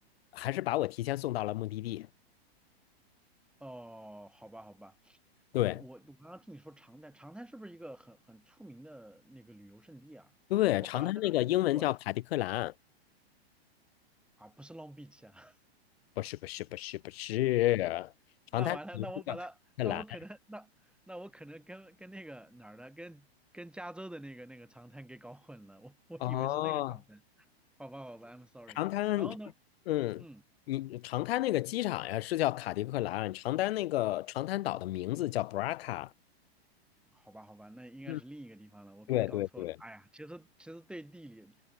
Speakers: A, on the left; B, in the centre.
A: 还是把我提前送到了目的地。
B: 哦，好吧，好吧。
A: 对
B: 我我刚刚听你说长滩，长滩是不是一个很很出名的那个旅游胜地啊？
A: 对，
B: 我好像在哪儿听说过哎。
A: 长滩那个英文叫卡迪克兰，
B: 啊，不是 Long Beach 啊，
A: 不是不是不是不是，
B: <laughs>
A: 长滩名字叫卡迪克兰。
B: 那完了，那我把它，那我可能，那那我可能跟跟那个哪儿的，跟跟加州的那个那个长滩给搞混了，我我以为是那个长滩，
A: 哦，
B: 好吧好吧，I'm sorry。
A: 长滩，
B: 然后呢，
A: 嗯，
B: 嗯。
A: 你长滩那个机场呀是叫卡迪克兰，长滩那个长滩岛的名字叫布拉卡。
B: 好吧，好吧，那应该是另一个地方了，
A: 嗯，
B: 我肯定搞错了。
A: 对对对，
B: 哎呀，其实其实对地理